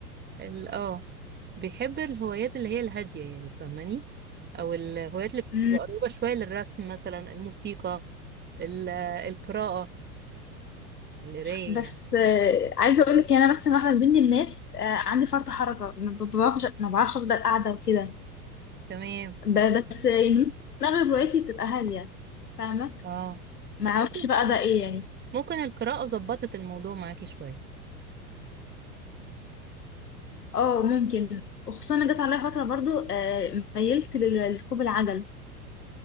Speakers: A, on the right; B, on the left.
A: ال- اه بيحب الهوايات اللي هي الهادية يعني فاهماني أو الهوايات اللي
B: حق
A: بتبقى قريبة شوية للرسم مثلا الموسيقى ال- القراءة القراية
B: بس
A: يعني
B: آه، عايزه اقول لك انا بس واحده من ضمن الناس آه، عندي فرط حركه ما ب- بعرفش ما بعرفش افضل قاعده وكده
A: تمام
B: ب- بس آه، يعني ممكن اغلب روايتي بتبقى هاديه فاهمه
A: اه
B: ما اعرفش
A: ممكن
B: بقى ده ايه يعني
A: ممكن القراءة ظبطت الموضوع معاكي شوية
B: اه ممكن وخصوصا انا جت عليا فتره برضو آه، ميلت لل- لركوب العجل